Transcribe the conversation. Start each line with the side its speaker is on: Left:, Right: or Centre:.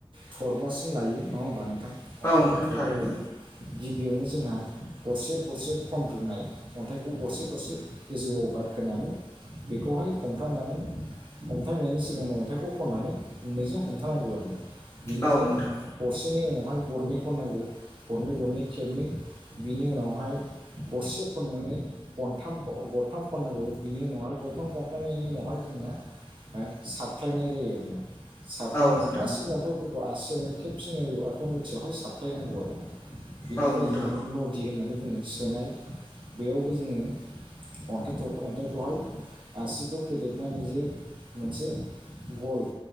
Right: थरबासिम लायो नङा होमबा नों थां अन्थाइफोर
Left: औ नोंथां
Right: थरबा
Left: थारैनो
Right: लायो गिबियावनो जोंहा गरसे गरसे खनग्रोनाय अन्थाइखौ गरसे गरसे गोजौआव गारखो होनानै बेखौहाय हमफ्रामनानै हमथानायनि सिगांनो अन्थाइखौ खननानै मोननैजों हमथानांगौ आरो ना बिनिफ्राय
Left: औ नोंथां
Right: बिनि उनावहाय गरनैखौ खननांगौ गरनै गरनै खेबनै बिनि उनावहाय गरसे खननानै गथाम गरथाम खननांगौ बिनि उनावहाय गरथाम खनखांनायनि उनावहाय जोंना हो साबफ्लायनाय जायो आरो ना साबफ्लायनायखौ
Left: औ नोंथां
Right: गासिबो अन्थाइफोरखौ आसियावनो खेबसेन एरिवखौ मिथियावहाय साबफ्लायनांगौ आरो ना बिनिफ्राय
Left: औ नोंथां
Right: जोङो नदि होननानै बुङो सोनाय बेयावबो जोङो अन्थाइ अन्थाइखौहाय आसिखौ फेदेरनानै जे मोनसे गल